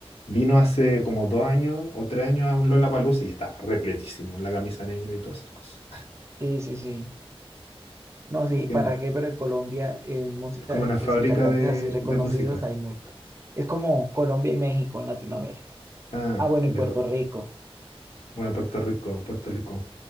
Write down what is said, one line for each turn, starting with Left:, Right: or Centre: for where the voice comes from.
Left: Vino hace
Right: Sí,
Left: como
Right: es
Left: dos
Right: que-
Left: años o tres años a un Lollapalooza y está repletísimo, la camisa negra y todas esas cosas.
Right: sí, sí. sí. No, sí, ¿para
Left: Em,
Right: qué? Pero en Colombia, en música,
Left: Es como una fábrica
Right: pues en cantantes
Left: de,
Right: así reconocidos
Left: de música.
Right: hay muchos. Es como Colombia y México en Latinoamérica.
Left: Ah,
Right: Ah, bueno,
Left: de,
Right: y Puerto Rico,
Left: bueno, Puerto Rico, Puerto Rico,